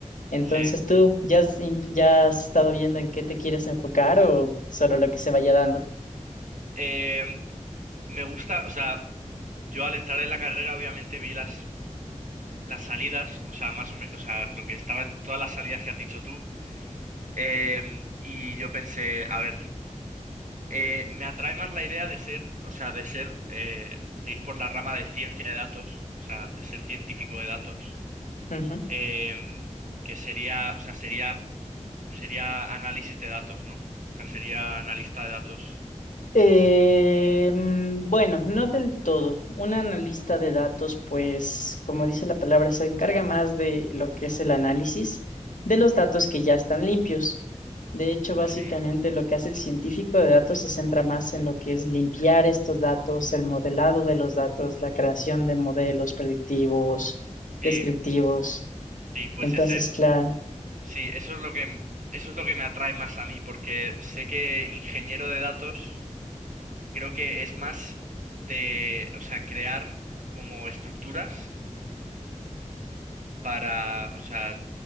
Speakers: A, on the left; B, on the right.
A: Entonces,
B: sí.
A: ¿tú ya has, in- ya has estado viendo en qué te quieres enfocar o solo lo que se vaya dando?
B: Em, me gusta, o sea, yo al entrar en la carrera obviamente vi las, las salidas, o sea, más o menos, o sea, lo que estaba, todas las salidas que has dicho tú. Em, y yo pensé, a ver, eh, me atrae más la idea de ser, o sea, de ser, eh, de ir por la rama de ciencia de datos, o sea, de ser científico de datos,
A: Ujú.
B: em, que sería, o sea, sería, sería análisis de datos, ¿no? O sea, sería analista de datos.
A: Eh, mm, bueno, no del todo. Un analista de datos, pues, como dice la palabra, se encarga más de lo que es el análisis de los datos que ya están limpios. De hecho, básicamente
B: Sí,
A: lo que hace el científico de datos se centra más en lo que es limpiar estos datos, el modelado de los datos, la creación de modelos predictivos,
B: sí,
A: descriptivos.
B: sí, pues
A: Entonces,
B: ese,
A: claro,
B: sí, eso es lo que, eso es lo que me atrae más a mí, porque sé que ingeniero de datos creo que es más de, o sea, crear como estructuras para, o sea,